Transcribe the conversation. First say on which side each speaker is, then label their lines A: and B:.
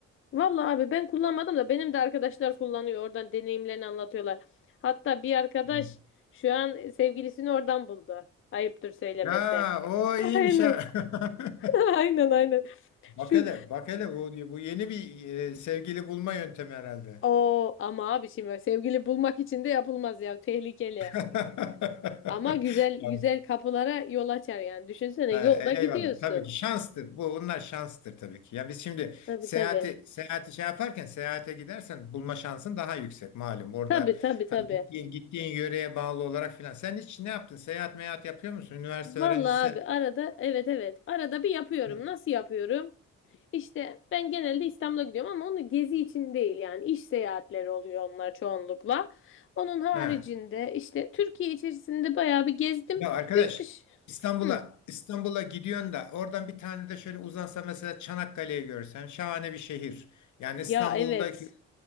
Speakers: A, on the left (about 45°); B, on the left (about 70°).
A: Vallahi abi ben kullanmadım da benim de arkadaşlar kullanıyor. Oradan deneyimlerini anlatıyorlar. Hatta bir arkadaş
B: Hı.
A: şu an sevgilisini oradan buldu. Ayıptır söylemesi.
B: Ya o iyiymiş
A: Aynen.
B: ha. <laughs>
A: <laughs> Aynen aynen.
B: Bak
A: Şu
B: hele, bak hele bu, bu yeni bir e, sevgili bulma yöntemi herhalde.
A: o ama abi şimdi sevgili bulmak için de yapılmaz ya. Tehlikeli.
B: <laughs>
A: Ama güzel
B: Yani,
A: güzel kapılara yol açar yani. Düşünsene
B: ha,
A: yolda
B: e-
A: gidiyorsun.
B: Eyvallah. Tabii ki şanstır. Bu bunlar şanstır tabii ki. Ya biz şimdi
A: Tabii
B: seyahati
A: tabii.
B: seyahati şey yaparken seyahate gidersen bulma şansın daha yüksek malum. Orada
A: Tabii tabii
B: hani
A: tabii.
B: gittiğin gittiğin yöreye bağlı olarak filan. Sen hiç ne yaptın? Seyahat meyahat yapıyor musun? Üniversite
A: Vallahi
B: öğrencisi.
A: abi arada evet evet. Arada bir yapıyorum.
B: e,
A: Nasıl yapıyorum? İşte ben genelde İstanbul'a gidiyorum ama onu gezi için değil yani iş seyahatleri oluyor onlar çoğunlukla. Onun haricinde
B: Ha.
A: işte Türkiye içerisinde bayağı bir gezdim.
B: Ya arkadaş
A: Yurt dışı.
B: İstanbul'a
A: Hı.
B: İstanbul'a gidiyorsun da oradan bir tane de şöyle uzansa mesela Çanakkale'yi görsen şahane bir şehir. Yani İstanbul'daki
A: Ya evet.